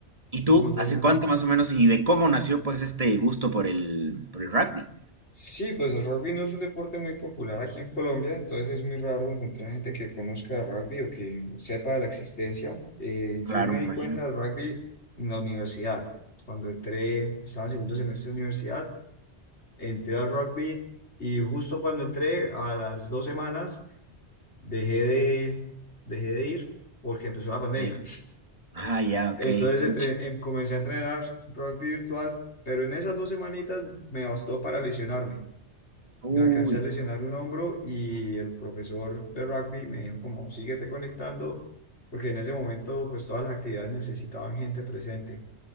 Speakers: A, on the right (about 30°); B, on the left (about 75°).
A: ¿Y tú,
B: como todo
A: hace
B: el mundo.
A: cuánto más o menos y de cómo nació pues este gusto por el, por el rugby?
B: Sí, pues el rugby no es un deporte muy popular aquí en Colombia, entonces es muy raro encontrar gente que conozca el rugby o que sepa de la existencia. Eh,
A: Claro,
B: yo me
A: me
B: di
A: imagino.
B: cuenta del rugby en la universidad. Cuando entré, estaba en segundo semestre de universidad, entré al rugby y justo cuando entré, a las dos semanas, dejé de, dejé de ir porque empezó la pandemia.
A: Ok. Ah, ya,
B: Entonces
A: ok. pucha.
B: entre- em- comencé a entrenar rugby virtual, pero en esas dos semanitas me bastó para lesionarme.
A: Uy,
B: Me alcancé a lesionar un hombro y el profesor de rugby me dijo como síguete conectando, porque en ese momento pues todas las actividades necesitaban gente presente.